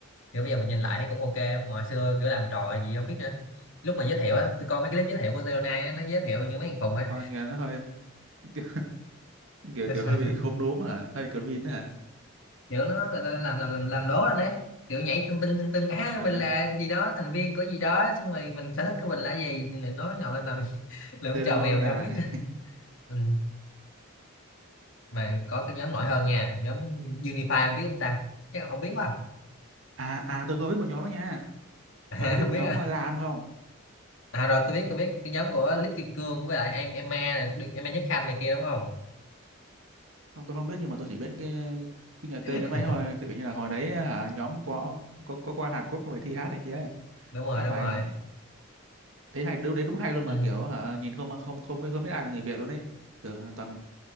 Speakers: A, on the left; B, on the right.
A: kiểu bây giờ mình nhìn lại thấy cũng ok hồi xưa kiểu làm trò gì không biết nữa lúc mà giới thiệu á tôi coi mấy cái clip giới thiệu của Zero Nine á nó giới thiệu những mấy thằng khùng á
B: con kia nó hơi <laughs> kiểu kiểu,
A: <laughs>
B: hơi bị khốm đốm hả hơi green đó hả
A: kiểu nó người ta làm làm làm làm lố lên ấy kiểu nhảy tưng tưng tưng tưng á
B: Ờ,
A: mình là gì đó thành viên của gì đó xong rồi mình sở thích của mình là gì thì lại nói nội làm <laughs> làm
B: zero
A: chờ mèo
B: này
A: vậy không biết <laughs> ừ. mà có cái nhóm nổi hơn nha nhóm Unify không biết không ta chắc là không biết quá
B: à à tôi có biết một nhóm đó nha
A: à,
B: ông có biết
A: <laughs> không
B: nhóm
A: biết à.
B: ờ, lam không
A: à rồi tôi biết tôi biết cái nhóm của Lít Kim Cương với lại em Emma này, đi- Emma Nhất Khanh này kia đúng không
B: không tôi không biết nhưng mà tôi chỉ biết cái cái nhà tên
A: <laughs>
B: nhóm đấy thôi tự nhiên là hồi đấy hả nhóm có có có qua Hàn Quốc về thi hát này kia
A: đúng rồi
B: hát
A: đúng
B: bài
A: rồi
B: thấy hay đúng thấy đúng hay luôn
A: ừ.
B: mà kiểu hả nhìn không không không biết không biết ai là người Việt luôn đấy tưởng là toàn